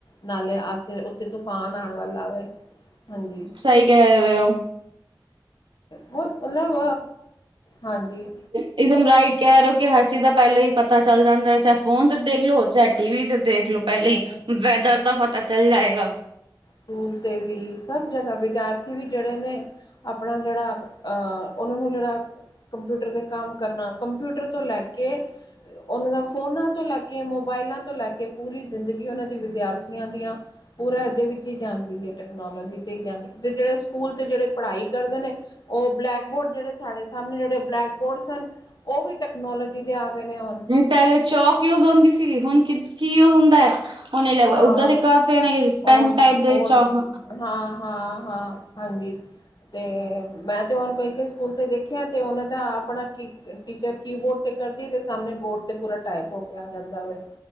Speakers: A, on the left; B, on the right.
A: ਨਾਲੇ ਆਸੇ ਓਥੇ ਤੂਫਾਨ ਆਣ ਵਾਲਾ ਵੇ ਹਾਂਜੀ।
B: ਸਈ ਕੈ ਰੇ ਓ।
A: ਬੋਤ ਮਤਲਬ ਹਾਂਜੀ।
B: ਇਕਦਮ ਰਾਈਟ ਕੈ ਰੇ ਓ ਕਿ ਹਰ ਚੀਜ਼ ਦਾ ਪੈਲੇ ਹੀ ਪਤਾ ਚੱਲ ਜਾਂਦਾ ਐ, ਚਾਹੇ ਫੋਨ ਤੇ ਦੇਖ ਲੋ, ਚਾਹੇ ਟੀਵੀ ਤੇ ਦੇਖ ਲੋ। ਪੈਲੇ
A: ਹਾਂ
B: ਈ ਵੈਦਰ
A: ਹਾਂ
B: ਦਾ ਪਤਾ ਚੱਲ ਜਾਏਗਾ।
A: ਸਕੂਲ 'ਤੇ ਵੀ ਸਭ ਜਗ੍ਹਾ ਵਿਦਿਆਰਥੀ ਵੀ ਜੇੜੇ ਨੇ ਆਪਣਾ ਜੇੜਾ ਅਹ ਓਨਾਂ ਨੂੰ ਜੇੜਾ ਕੰਪਿਊਟਰ ਤੇ ਕੰਮ ਕਰਨਾ, ਕੰਪਿਊਟਰ ਤੋਂ ਲੈ ਕੇ ਓਨਾਂ ਦਾ ਫੋਨਾਂ ਤੋਂ ਲੈ ਕੇ, ਮੋਬਾਇਲਾਂ ਤੋਂ ਲੈ ਕੇ ਪੂਰੀ ਜ਼ਿੰਦਗੀ ਓਨਾਂ ਦੀ ਵਿਦਿਆਰਥੀਆਂ ਦੀਆਂ ਪੂਰਾ ਏਦੇ ਵਿੱਚ ਈ ਜਾਂਦੀ ਏ ਟੈਕਨੋਲੋਜੀ ਤੇ ਈ ਜਾਂਦੀ ਤੇ ਜੇੜੇ ਸਕੂਲ ਤੇ ਜੇੜੇ ਪੜ੍ਹਾਈ ਕਰਦੇ ਨੇ ਓ ਬਲੈਕ ਬੋਰਡ ਜੇੜੇ ਸਾਡੇ ਸਾਮਣੇ ਜੇੜੇ ਬਲੈਕ ਬੋਰਡ ਸਨ ਓ ਵੀ ਟੈਕਨੋਲੋਜੀ ਦੇ ਆ ਗਏ ਨੇ ਹੋਨ।
B: ਪੈਲੇ ਚੌਕ ਯੂਜ ਹੁੰਦੀ ਸੀਗੀ ਹੁਨ ਕੀ ਕੀ ਯੂਜ ਹੁੰਦਾ ਐ। ਹੁਨ <unintelligible>
A: ਹਾਂ
B: ਉਦਾਂ ਦੇ ਕਰਤੇ ਨੇ
A: ਹੁਣ
B: ਪੈਨ ਟਾਈਪ ਦੇ
A: ਹੁਣ
B: ਚੌਕ।
A: ਹਾਂ ਹਾਂ, ਹਾਂ ਹਾਂਜੀ। ਤੇ ਮੈਂ ਤੇ ਹੁਨ ਕੋਈ ਕੋਈ ਸਕੂਲ ਤੇ ਦੇਖਿਆ ਤੇ ਓਨਾਂ ਦਾ ਆਪਣਾ ਕੀ ਟੀਚਰ ਕੀਬੋਰਡ ਤੇ ਕਰਦੀ ਏ ਤੇ ਸਾਮਣੇ ਬੋਰਡ ਤੇ ਪੂਰਾ ਟਾਈਪ ਹੋ ਕੇ ਆ ਜਾਂਦਾ ਵੇ।